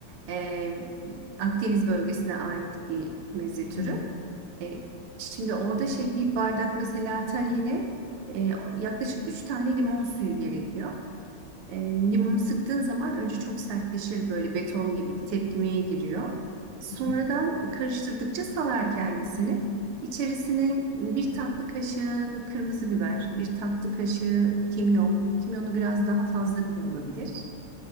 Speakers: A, on the right; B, on the left.
A: e, Akdeniz bölgesine ait bir meze türü.
B: Hmm,
A: E, şimdi orada şey bir bardak mesela tahine e, yaklaşık 3 tane limon suyu gerekiyor. E, limonu sıktığın zaman önce çok sertleşir böyle beton gibi bir tepkimeye giriyor. Sonradan
B: hı hı.
A: karıştırdıkça salar kendisini. İçerisine bir tatlı kaşığı kırmızı biber, bir tatlı kaşığı kimyon. Kimyonu biraz daha fazla bile olabilir.